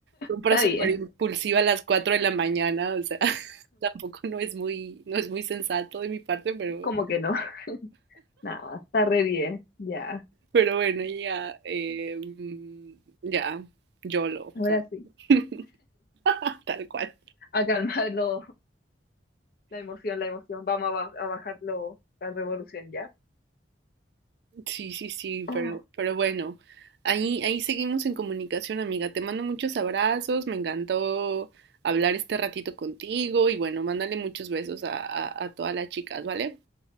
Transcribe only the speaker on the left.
Está
bien.
¿Cómo que no? Nada, está re bien. Ya.
Ahora
sí.
A calmarlo, la emoción, la emoción. Vamos a, ba- a bajarlo, la revolución ya.
Ah,